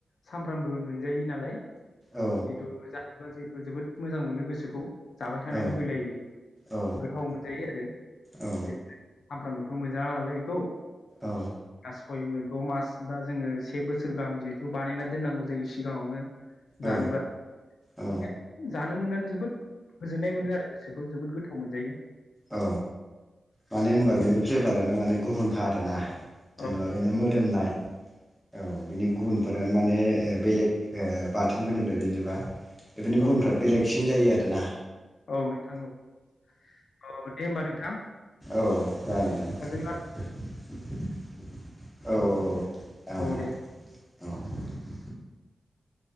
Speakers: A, on the left; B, in the centre.
A: सामफ्रामबो मोनजायो नालाय
B: औ
A: जिथु जा जिहेतु जोबोद मोजां मोनो गोसोखौ जाबाय थानो
B: औ
A: लुबैलायो
B: औ
A: गोथाव मोनजायो आरो
B: औ
A: सामफ्रामबो <unintelligible> नालाय एखौ
B: औ
A: सय द' मास बा जोङो से बोसोर गाहाम जिहेथु बानायना दोननांगौ जायो सिगाङावनो
B: औ
A: जानोबा
B: औ
A: बेनिखायनो जानो मोननानै जोबोद गोजोननाय मोनो आरो गोसोखौ बेखौ जोबोद गोथाव मोनजायो
B: औ माने
A: अ
B: होनबा बेनि फ्लेभारानो माने गुबुनखा आरोना धन्यबा
A: औ
B: बेनो मोदोम नाय औ बिनि गुनफोरानो माने बेलेग ओ बाथोनफोरनिफ्राय जेनेबा बेबायदि
A: औ
B: गुनफ्रा बेलेगसिन जायो आ ना
A: औ नोंथां औ <unintelligible> दे ओमबा नोंथां
B: औ जागोन दे
A: नोंथांजों
B: <unintelligible> औ औ जागोन
A: औ
B: नोंथां
A: दे
B: औ <unintelligible>